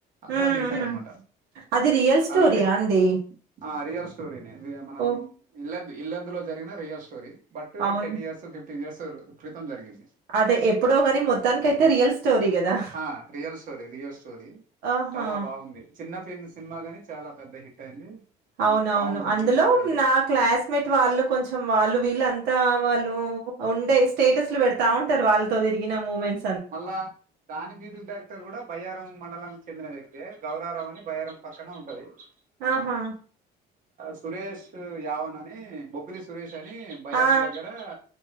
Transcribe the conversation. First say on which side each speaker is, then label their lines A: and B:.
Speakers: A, on the right; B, on the right.
A: అక్కడ
B: హ్మ్.
A: దీసారనమాట
B: హ్మ్. అది రియల్ స్టోరీయా
A: ఆ లొకేషన్
B: అండి?
A: ఆ రియల్ స్టోరీనే అవి మనం
B: ఓహ్!
A: ఇ ఇల్లందు లో జరిగిన రియల్ స్టోరీ బట్
B: అవును.
A: టెన్ ఇయర్స్ ఫిఫ్టీన్ ఇయర్స్ క్రితం జరిగింది
B: అదే ఎప్పుడో గాని మొత్తానికైతే రియల్ స్టోరీ గదా!
A: ఆ రియల్ స్టోరి రియల్ స్టోరి
B: ఆహా!
A: చాలా బాగుంది చిన్న పిన్ సినిమా గాని చాలా పెద్ద హిట్ అయింది
B: అవునవును
A: బాగుంది
B: అందులో
A: మ్యూజికల్ గా కూడా
B: నా క్లాస్మేట్ వాళ్ళు కొంచెం వాళ్ళు వీళ్ళ అంతా వాళ్ళు ఉండే స్టేటస్లు వేడ్తా ఉంటారు వాళ్ళతో తిరిగినాము మేము
A: మళ్ళా దాని మ్యూజిక్ డైరెక్టర్ గుడా బయ్యారం మండలాని చెందిన వ్యక్తే గౌరారం అని బయరం పక్కన ఉంటది ఆ
B: ఆహా!
A: సురేష్ యావన్ అని బొబ్బిలి సురేష్ అని బయ్యారం
B: ఆ!
A: దగ్గరా